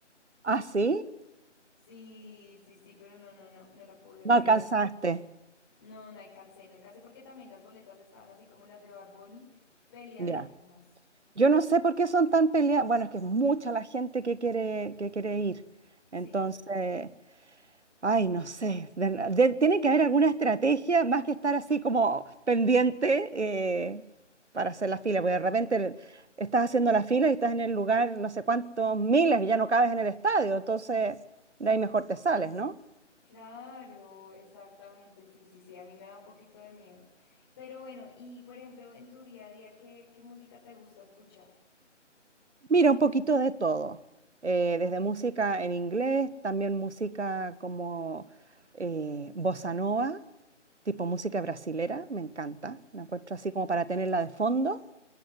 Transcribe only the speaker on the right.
¿Ah, sí?
No
alcanzaste.
Ya. Yo no sé por qué son tan peleadas. Bueno, es que es mucha la gente que quiere, que quiere ir.
Entonces, Ay, no sé. de- de- tiene que haber alguna estrategia más que estar así como pendiente eh, para hacer la fila, porque de repente estás haciendo la fila y estás en el lugar no sé cuántos miles y ya no cabes en el estadio, entonces de ahí mejor te sales, ¿no?
Mira, un poquito de todo, eh, desde música en inglés, también música como eh, bossa nova, tipo música brasilera, me encanta, la encuentro así como para tenerla de fondo.